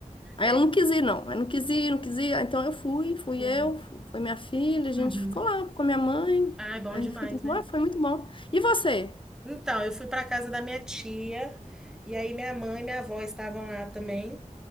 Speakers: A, on the left (about 40°); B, in the centre.
A: Aí
B: É.
A: ela não quis ir, não. Aí não quis ir, não quis ir. Aí Então eu fui, fui
B: Hum.
A: eu, fu- foi minha filha, a gente
B: Uhum.
A: ficou lá com a minha mãe.
B: Ai, bom
A: Aí
B: demais,
A: foi, tudo
B: né?
A: bom, foi muito bom. E você?
B: Então, eu fui para casa da minha tia, e aí minha mãe e minha avó estavam lá também.